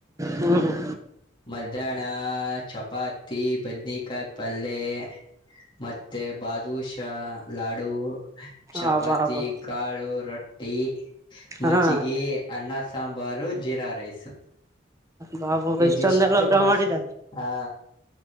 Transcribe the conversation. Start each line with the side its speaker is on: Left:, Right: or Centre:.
Right: ಹ್ಮ್
Left: ಮಧ್ಯಾಹ್ನ ಚಪಾತಿ ಬದನಕಾಯ ಪಲ್ಲೆ ಮತ್ತೆ ಬಾದಷ ಲಾಡು ಚಪಾತಿ
Right: ಹಬಾ ಹಬಾ
Left: ಕಾಳು ರೊಟ್ಟಿ ಮಜ್ಗೆ
Right: ಹಾ
Left: ಅನ್ನ ಸಾಂಬಾರ್ ಜೀರಾ ರೈಸ್
Right: ಬಾಬ
Left: ಇದಿಷ್ಟು
Right: ಇಷ್ಟೊಂದಲ್ಲ ಊಟ
Left: ಮಾಡ್ಸ
Right: ಮಾಡಿದ
Left: ಹ